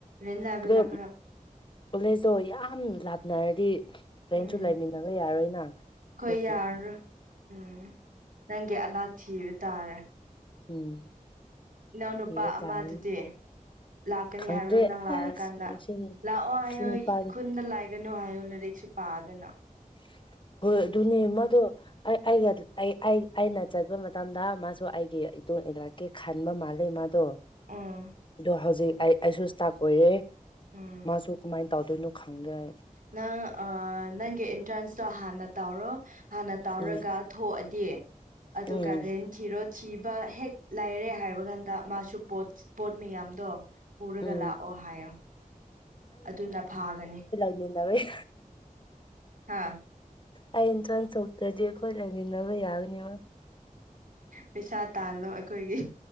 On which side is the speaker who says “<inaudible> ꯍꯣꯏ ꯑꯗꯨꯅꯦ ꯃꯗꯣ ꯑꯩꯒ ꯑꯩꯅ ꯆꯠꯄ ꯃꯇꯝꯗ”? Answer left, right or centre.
Left